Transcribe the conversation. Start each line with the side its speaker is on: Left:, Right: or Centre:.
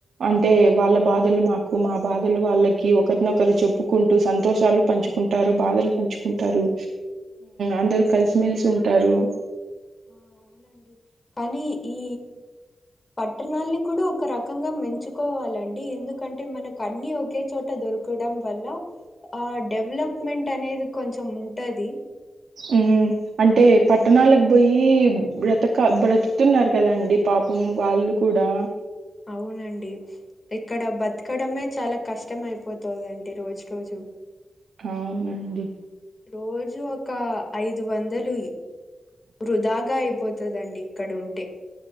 Right: అంటే వాళ్ళ బాధలు మాకు మా బాధలు వాళ్ళకి ఒకరినొకరు చెప్పుకుంటూ సంతోషాలు పంచుకుంటు కుంటారు బాధలు పంచుకుంటారు అందరు కలిసిమెలిసి ఉంటారు
Left: ఆ అవునండి కానీ ఈ పట్టణాల్ని కూడా ఒక రకంగా మంచుకోవాలండి ఎందుకంటే మనకు అన్ని ఒకే చోట దొరుకు డం వల్ల ఆ డెవలప్మెంట్ అనేది కొంచం ఉంటది
Right: ఉమ్ అంటే పట్టణాలకు పోయి బ్రతక బ్రతుకుతున్నారు కదాండి పాపం వాళ్ళు కూడా
Left: అవునండి ఇక్కడ బతకడమే చాలా కష్టం అయిపోతుందండి రోజు రోజు
Right: అవునండి
Left: రోజు ఒక ఐదు వందలు వృధాగా అయిపోతుందండి ఇక్కడ ఉంటే